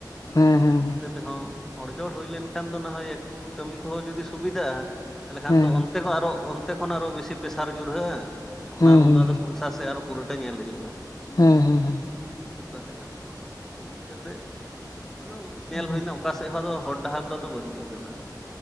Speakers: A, on the left; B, in the centre.
A: ᱦᱮᱸ
B: ᱛᱟᱦᱞᱮ
A: ᱦᱮᱸ
B: ᱚᱱᱛᱮ ᱛᱮᱦᱚᱸ ᱦᱚᱲ-ᱡᱚᱲ ᱦᱩᱭ ᱞᱮᱱᱠᱷᱟᱱ ᱫᱚ ᱱᱟᱦᱳᱭ ᱮᱠᱴᱩ ᱠᱟᱹᱢᱤ ᱠᱚᱦᱚᱸ ᱡᱩᱫᱤ ᱥᱩᱵᱤᱫᱟᱜ-ᱟ᱾ ᱛᱟᱦᱞᱮ ᱠᱷᱟᱱ
A: ᱦᱮᱸ
B: ᱫᱚ ᱚᱱᱛᱮ ᱠᱷᱚᱱ ᱟᱨᱚ, ᱚᱱᱛᱮ ᱠᱷᱚᱱ ᱟᱨᱚ ᱵᱮᱥᱤ ᱯᱮᱥᱟᱨ ᱧᱩᱨᱦᱟᱹᱜ-ᱟ᱾ ᱚᱱᱟ
A: ᱦᱮᱸ
B: ᱩᱱᱫᱚ
A: ᱦᱮᱸ ᱦᱮᱸ
B: ᱟᱫᱚ ᱥᱚᱝᱥᱟᱨ ᱥᱮ ᱟᱨᱚ ᱯᱩᱨᱟᱹᱴᱟ ᱧᱮᱞ ᱦᱩᱭᱩᱜ-ᱟ᱾
A: ᱦᱩᱸ ᱦᱩᱸ ᱦᱩᱸ᱾
B: ᱛᱟᱦᱞᱮ ᱠᱷᱟᱱ ᱫᱚ ᱵᱷᱟᱹᱵᱤᱛ ᱠᱟᱛᱮᱫ ᱟᱫᱚ ᱧᱮᱞ
A: ᱮᱠᱫᱚᱢ
B: ᱦᱩᱭᱱᱟ᱾ ᱚᱠᱟ ᱥᱮᱫ ᱦᱚᱸ ᱟᱫᱚ ᱦᱚᱨ ᱰᱟᱦᱟᱨ ᱫᱚ ᱟᱫᱚ ᱵᱟᱹᱱᱩᱜ ᱟᱠᱟᱫᱟ᱾